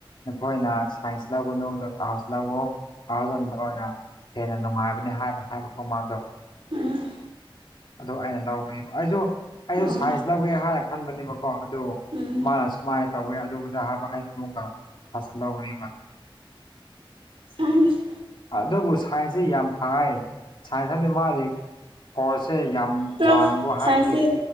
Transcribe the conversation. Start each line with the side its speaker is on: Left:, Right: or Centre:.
Left: ꯅꯈꯣꯏꯅ ꯁꯥꯏꯟꯁ ꯂꯧꯒꯅꯨ ꯑꯗꯨꯒ ꯑꯥꯔꯠꯁ ꯂꯧꯎ ꯑꯗ ꯑꯣꯏꯅ ꯍꯦꯟꯅ ꯅꯨꯡꯉꯥꯏꯕꯅꯤ ꯍꯥꯏꯅ ꯍꯥꯏꯔꯣꯀꯣ ꯃꯥꯗꯣ
Right: ꯎꯝ
Left: ꯑꯗꯨ ꯑꯩꯅ ꯂꯧꯕꯅꯦꯕ ꯑꯩꯁꯨ ꯑꯩꯁꯨ
Right: ꯑꯣ
Left: ꯁꯥꯏꯟꯁ ꯂꯧꯒꯦ ꯍꯥꯏꯅ ꯈꯟꯕꯅꯦꯕ ꯍꯣ ꯑꯗꯨ
Right: ꯎꯝ
Left: ꯃꯥꯅ ꯁꯨꯃꯥꯏꯅ ꯇꯧꯋꯦ ꯑꯗꯨꯗ ꯍꯥꯏꯕ ꯑꯩꯅ ꯑꯃꯨꯛꯀꯥ ꯑꯥꯔꯁ ꯂꯧꯔꯤꯕ
Right: ꯁꯥꯏꯟꯁ
Left: ꯑꯗꯨꯕꯨ ꯁꯥꯏꯟꯁꯁꯤ ꯌꯥꯝ ꯐꯥꯏ ꯁꯥꯏꯟꯁ ꯍꯥꯏꯕꯗꯤ ꯃꯥꯗꯤ ꯀꯣꯔꯁꯁꯦ ꯌꯥꯝ
Right: ꯇꯨꯋꯜꯐ
Left: ꯋꯥꯡꯉꯕ ꯍꯥꯏꯕꯗꯤ
Right: ꯁꯥꯏꯟꯁꯁꯤ